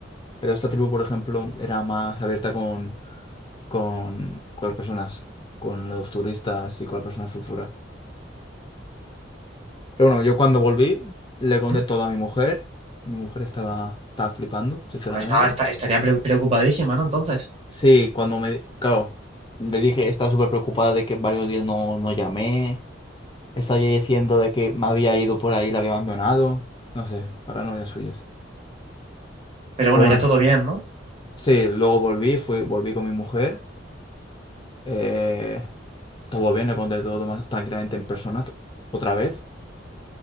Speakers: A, on the left; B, on the right.
A: Pero esta tribu, por ejemplo, era más abierta con, con, con las personas, con los turistas y con las personas sulfura. Pero bueno, yo cuando volví le conté
B: Mm.
A: todo a mi mujer. Mi mujer estaba, estaba flipando, sinceramente.
B: Bueno, Estaba, esta- estaría pre- preocupadísima, ¿no? Entonces.
A: Sí, cuando me... Claro, le dije, estaba súper preocupada de que varios días no, no llamé. Estaba ya diciendo de que me había ido por ahí, la había abandonado. No sé, paranoias suyas.
B: Pero
A: Pero
B: bueno,
A: bueno,
B: ya todo bien, ¿no?
A: sí, luego volví, fui, volví con mi mujer. eh, todo bien, le conté todo más tranquilamente en persona t- otra vez.